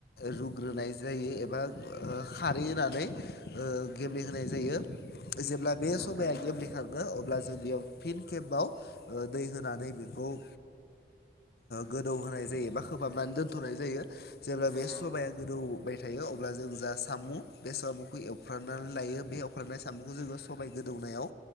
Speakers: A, on the left (about 55°); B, on the right (about 75°).
A: रुग्रोनाय जायो ओ एबा खारै होनानै ओ गेब्लेहोनाय जायो जेब्ला
B: नंगौ
A: बे
B: नोंथां
A: सबाया
B: नंगौ
A: गेब्ले थाङो अब्ला जों बेयाव फिन कखेब बाव दै होनानैबो खौ ओ गोदौ होनाय जायो एबा खोबहाबनानै दोनथ'नाय जायो। जेब्ला
B: नंगौ
A: बे साबाया गोदौबाय थायो थायो अब्ला जों जा साम' बे साम'खौ एवफ्रामनानै लायो बे एवफ्रामनाय साम'खौ जोङो सबाय गोदौनायाव